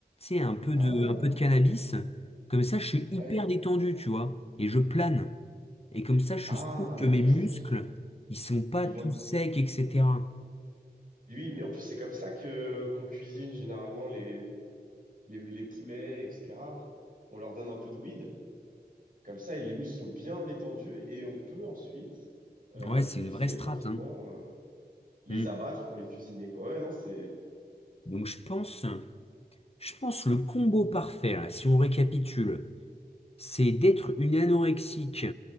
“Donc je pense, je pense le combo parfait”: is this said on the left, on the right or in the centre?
Left